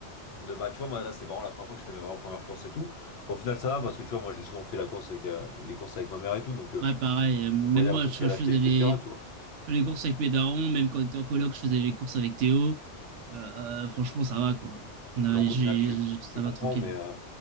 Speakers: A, on the left; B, on the right.
A: De, bah, tu vois, moi, là, c'est vraiment la première fois que je fais mes vraies premières courses et tout. Au final, ça va parce que, tu vois, moi, j'ai souvent fait la course avec, euh, les courses avec ma mère et tout, donc, euh,
B: Ouais, pareil.
A: donc
B: euh, Même
A: je voyais
B: moi,
A: un peu
B: je,
A: ce qu'elle
B: je
A: achetait,
B: faisais
A: etc.,
B: les,
A: tu vois.
B: les courses avec mes darons, même quand on était en coloc, je faisais les courses avec Théo. Euh, euh, franchement, ça va, quoi. On a,
A: Donc
B: j'ai-
A: au final tu,
B: j'ai- ça
A: tu comprends
B: va, tranquille.
A: mais euh,